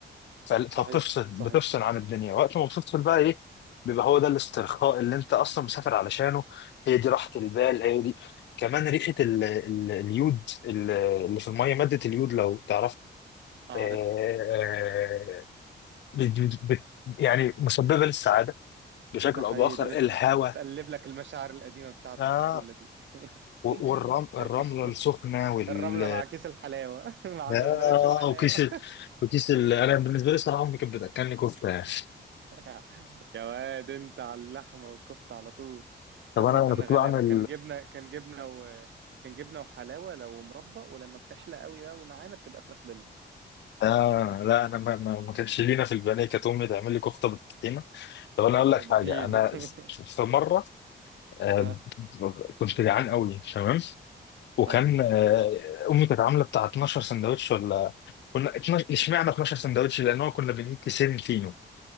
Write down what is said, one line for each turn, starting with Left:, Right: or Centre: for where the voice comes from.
Left: فال-
Right: صحيح
Left: فبتفصل بتفصل
Right: صحيح
Left: عن الدنيا وقت ما بتفصل بقى ايه بيبقى هو ده الاسترخاء اللي انت اصلا مسافر علشانه هي دي راحة البال هي دي كمان ريحة ال... ال... اليود ال- اللي في المية مادة اليود لو تعرف
Right: اعرف
Left: آه، آه، بت... بت... بت- يعني مسببة للسعادة بشكل
Right: ده حقيقي
Left: او باخر
Right: ده
Left: الهواء
Right: بت- بتقلب لك المشاعر القديمة بتاعت
Left: آه
Right: الطفولة دي
Left: والرمل
Right: <laughs>
Left: الرملة السخنة وال
Right: الرملة مع كيس الحلاوة <laughs> مع
Left: آه
Right: سندوتش الحلاوة
Left: وكيس ال... وكيس ال... انا بالنسبة لي الصراحة امي كانت بتاكلني كفتة يعني.
Right: <laughs> يا واد انت على اللحمة والكفتة على طول
Left: طب
Right: ده احنا
Left: انا
Right: كنا
Left: أنا كنت
Right: غلابة
Left: بعمل
Right: كان جبنة كان جبنة و كان جبنة وحلاوة لو مربى ولما بتحلى قوي بقى ومعانا بتبقى فراخ بني
Left: آه
Right: <laughs>
Left: لا أنا ما, ما, ما كانش لينا في البنية كانت أمي تعمل لي كفتة بالطحينة طب أنا أقول لك
Right: اديله
Left: حاجة أنا
Right: <laughs>
Left: في مرة آه
Right: اه
Left: كنت جعان قوي تمام وكان
Right: اه
Left: آه أمي كانت عاملة بتاع 12 سندوتش ولا كنا 12 اشمعنى 12 سندوتش لأن هو كنا بنجيب كيسين فينو